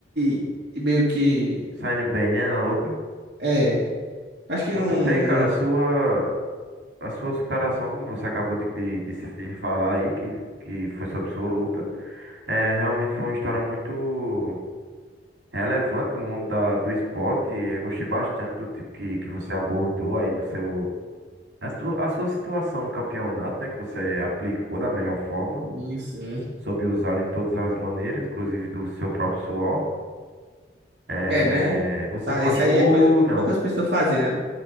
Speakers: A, on the right (about 65°); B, on the right (about 85°).
A: e, e meio que.
B: Saindo bem, né, na luta.
A: É. Acho que
B: Muito
A: não, não,
B: bem, cara.
A: não-
B: A sua, a sua superação, como você acabou de, de, de, se- de falar aí, que, que foi sobre sua luta, é, realmente foi uma história muito relevante no mundo da, do esporte. E eu gostei bastante do tipo que, que você abordou aí, do seu, a, sua- a sua situação no campeonato, né, que você aplicou da melhor forma,
A: Isso. né?
B: soube usar de todas as maneiras, inclusive do seu próprio suor. É,
A: É, né?
B: você
A: Sa-
B: se machucou?
A: Isso aí é coisa que
B: Não.
A: poucas pessoas fazem, né?